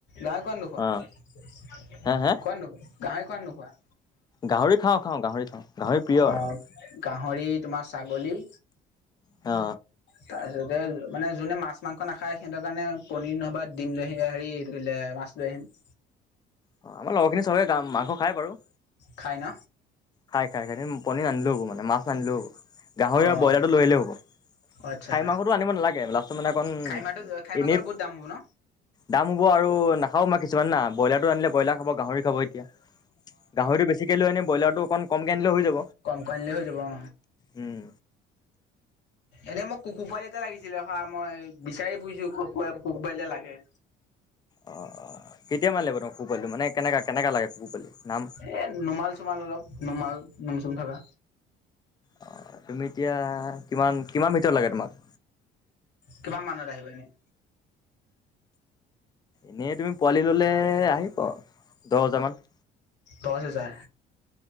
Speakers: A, on the left (about 65°); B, on the left (about 20°).
A: গাহৰি খোৱা ন খোৱা
B: অ হে হে
A: কোৱা নোখোৱা, গাহৰি খোৱা নে নোখোৱা?
B: গাহৰি খাওঁ খাওঁ, গাহৰি খাওঁ গাহৰি প্ৰিয়ৰ
A: অ',
B: আৰু।
A: গাহৰি তোমাৰ ছাগলী'।
B: অ,
A: তাৰপিছতে মানে যোনে মাছ মাংস নাখায় সিহঁতৰ কাৰণে পনীৰ নহ'বা দিম স হেৰি টোলো লৈ আহিম,
B: অ, আমাৰ লগৰখিনি চবে গা মাংস খায় বাৰু,
A: খাই ন।
B: খাই, খাই, খাই পনীৰ আনিলও হ'ব মান মাছ আনিলো হ'ব গাহৰি,
A: অ',
B: ব্ৰইলাৰটো লৈ আহিলে হ'ব।
A: আচ্ছা
B: খাই মাংসটো আনিব নালাগে লাষ্টত মানে অকণ
A: খাহী মাৰটো খাহী মাংসটো
B: এনেই।
A: বহুত দাম হ'ব ন?
B: দাম হ'ব আৰু নাখাও মই কিছুমান ন, ব্ৰলাৰটো আনিলে বইলাৰ খাব গাহৰি, খাব এতিয়া গাহৰিটো বেছিকে লৈ আনে ব্ৰলাৰটো অকণ কমকে আনিলে হৈ যাব
A: কম কমনিলৈ হৈ যাব অ,
B: উম
A: এনে মোক কুকুৰ পালিতে লাগিছিলে হা, মই বিচাৰি ফুৰিছো কুকুৰপাৱালি এটা লাগে।
B: অ, কেতিয়া মান লাগিব, তোক কুকুৰপোৱালি মানে তেনেক, কেনে কোৱা লাগে কুকুৰ পোৱালি। নাম
A: এ, নোমাল চুমাল অলপ, নোমাল নোম চুম থকা।
B: অ, তুমি এতিয়া কিমান কিমান ভিতৰত লাগে তোমাক?
A: কিমান মানত আহিব এনেই?
B: এনেই তুমি পোৱালি ল'লে আহিবা দহ হজাৰমান!
A: দহ হাজাৰ।